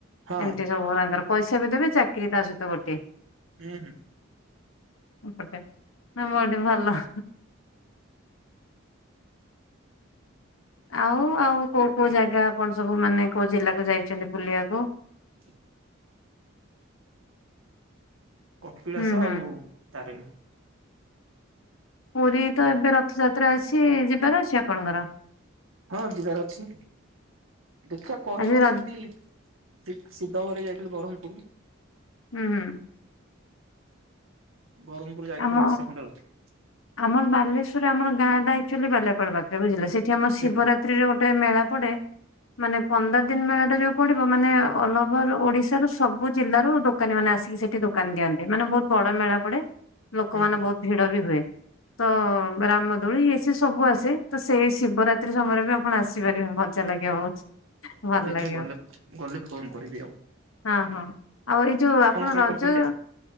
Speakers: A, on the right (about 85°); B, on the left (about 80°).
A: ହଁ
B: ଏମିତି ସବୁ ତାଙ୍କର ପଇସା ବି ଦେବେ ଚାକିରି ତା ସହିତ ଗୋଟିଏ।
A: ହୁଁ
B: ଏପଟେ ନା ବଡି ଭଲ। ଆଉ ଆଉ କୋଉ କୋଉ ଜାଗା ଆପଣ ସବୁ ମାନେ କୋଉ ଜିଲ୍ଲାକୁ ଯାଇଛନ୍ତି ବୁଲିବାକୁ?
A: <inaudible> କପିଳାସ
B: ହୁଁ ହୁଁ
A: ଆଉ ତାରିଣୀ।
B: ପୁରୀ ତ ଏବେ ରଥଯାତ୍ରା ଅଛି ଯିବାର ଅଛି ଆପଣଙ୍କର?
A: ହଁ ଯିବାର ଅଛି ଦେଖିବା କହିହଉନି
B: ଆଜି ର
A: ସେମିତି ଶିଦ୍ଧ ଘରେ ଯାଇଥିଲେ ବ୍ରହ୍ମପୁର।
B: ହୁଁ।
A: ବ୍ରହ୍ମପୁର ଯାଇଥିଲି
B: ଆମ
A: ମାସେ ଖଣ୍ଡେ ରହିଥିଲି।
B: ଆମର ବାଲେଶ୍ୱରରେ ଆମ ଗାଁ ଟା ଆକ୍ଚୁଆଲି ବାଲିଆ ପାଳ ପାଖରେ ବୁଝିଲେ ସେଠି ଆମର ଶିବରାତ୍ରି
A: ହୁଁ
B: ରେ ଗୋଟେ ମେଳା ପଡେ ମାନେ ପନ୍ଦର ଦିନ ମେଳା ଟା ଯୋଉ ପଡିବ ମାନେ ଅଲଓଭର ଓଡିଶା ସବୁ ଜିଲ୍ଲାରୁ ଦୋକାନୀ ମାନେ ଆସିକି ସେଠି ଦୋକାନ ଦିଅନ୍ତି ମାନେ ବହୁତ ବଡ ମେଳା ପଡେ ଲୋକମାନେ
A: ହୁଁ ହୁଁ
B: ବହୁତ ଭିଡ ବି ହୁଏ। ତ ରାମଦୋଳି ଏଇ ସିଏ ସବୁ ଆସେ ତ ସେଇ ଶିବରାତ୍ରି ସମୟରେ ବି ଆପଣ ଆସିପାରିବେ ମଜା ଲାଗେ ବହୁତ। ଭଲ
A: ହଉ ଦେଖିବା
B: ଲାଗିବ
A: ଗଲେ ଗଲେ ଫୋନ କରିବି ଆଉ।
B: ହଁ ହଁ ଆଉ ଏଇ ଯୋଉ ଆପଣ
A: କଣ
B: ରଜ
A: କରୁଛନ୍ତି?